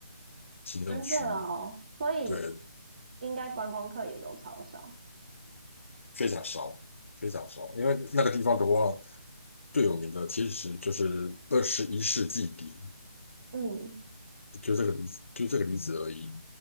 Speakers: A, on the left; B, on the right.
A: 行政区，
B: 真的哦，所以
A: 对，
B: 应该观光客也都超少。
A: 非常少，非常少。因为那个地方的话，最有名的其实就是二十一世纪梨，
B: 嗯，
A: 就这个梨，就这个例子而已。